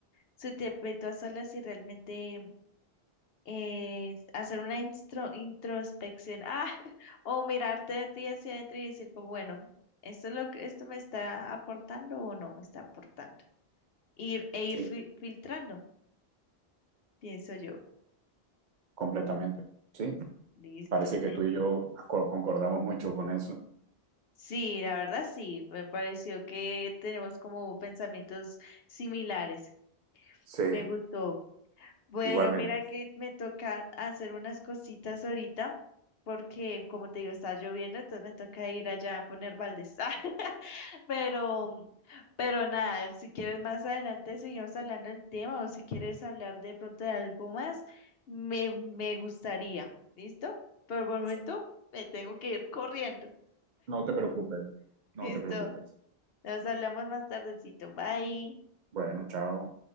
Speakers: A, on the left (about 70°); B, on the right (about 55°).
A: su tiempito a solas y realmente eh, hacer una instro- introspección, ah, <laughs> o mirarte a ti hacia adentro y decir como, bueno, ¿esto es lo que esto me está aportando o no me está aportando? ir, e ir
B: ¿sí?
A: fil- filtrando, pienso yo.
B: completamente. Sí,
A: Listo.
B: parece que tú y yo co- concordamos mucho con eso.
A: Sí, la verdad sí, me pareció que tenemos como pensamientos similares.
B: Sí,
A: Me gustó. Bueno,
B: igualmente.
A: mira que me toca hacer unas cositas ahorita, porque como te digo, está lloviendo, entonces me toca ir allá a poner baldes. <laughs> Pero, pero nada, si quieres más adelante seguimos hablando del tema o si quieres hablar de pronto de algo más, me, me gustaría. ¿Listo? Pero por el momento
B: Sí.
A: me tengo que ir corriendo.
B: No te preocupes,
A: <laughs>
B: no
A: ¿Listo?
B: te preocupes.
A: Nos hablamos más tardecito. Bye.
B: Bueno, chao.